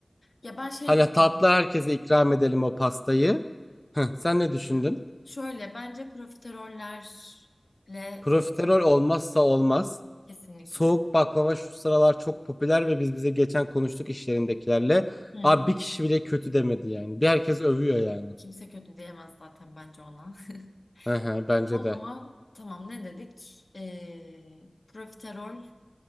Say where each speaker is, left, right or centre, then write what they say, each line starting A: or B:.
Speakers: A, on the left (about 85°); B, on the left (about 30°).
A: Ya ben şey
B: Hani
A: düşündüm.
B: tatlı herkese ikram edelim o pastayı. Heh, sen ne düşündün?
A: Aynen. Şöyle bence profiterollerle böyle
B: Profiterol
A: bir
B: olmazsa olmaz.
A: kesinlikle.
B: Soğuk baklava şu sıralar çok popüler ve biz bize geçen konuştuk iş yerindekilerle.
A: Hı.
B: Abi bir kişi bile kötü demedi yani. Bir herkes övüyor yani.
A: Kimse kötü diyemez zaten bence ona. <laughs>
B: Hı hı, bence
A: O
B: de.
A: zaman tamam ne dedik? Ee, profiterol,